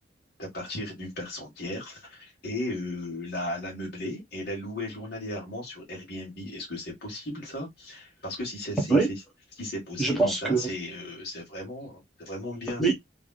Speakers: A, on the left (about 55°); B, in the centre.
A: à partir d'une personne tierce et euh, la, la meubler et la louer journalièrement sur Airbnb. Est-ce que c'est possible ça? Parce que si c'est si,
B: Oui,
A: c'est- si c'est possible,
B: je pense
A: enfin,
B: que
A: c'est euh, c'est vraiment, c'est vraiment bien.
B: oui.